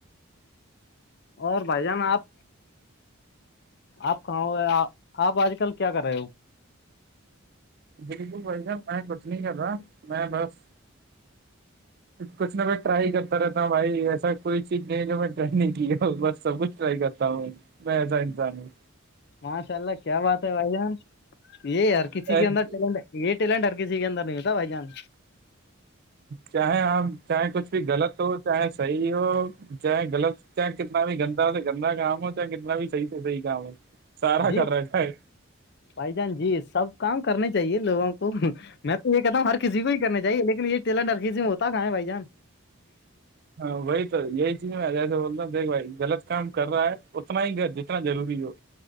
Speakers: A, on the left; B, on the right.
A: اور بھائی جان آپ آپ کہاں ہو آ آپ آج کل کیا کر رہے ہو
B: بالکل بھائی صاب میں کٹ نہیں کر رہا میں بس کچھ نہ کچھ ٹرائی کرتا رہتا بھائی ایسا کوئی چیز نہیں ہے جو میں ٹ نہیں کی بس سب کچھ ٹرائی کرتا تا ہ میں ایسا انسان ہے
A: ماشاء اللہ کیا بات ہے بھائی جان یہی ہر
B: ہوں
A: کسی کے اندر چل گے یہ ٹیلنٹ ہر کسی کے اندر نہیں ہوتا بھائی جان
B: چاہے آپ چاہے کچھ بھی غلط ہو چاہے صحیح ہو چاہے غلط چاہے کتنا بھی گندا سے گندا کام ہو چاہے کتنا بھی صح سے صحیح کام ہو سارا
A: جی
B: کر رکھا ہے
A: بھائی جان جی سب کام کرنے چاہیے لوگوں کو میں تو یہ کہتا ہوں ہر کسی کو ہی کرنا چاہیے لیکن یہ ٹیلنٹ ہر کسی میں ہوتا کہاں ہے بھائی جان
B: ہاں وہی تو یہی چیز میں جیسے بولتا ہوں دیکھ بھائی غلط کام کر رہا ہے اتنا ہی ط جتنا ضروری ہو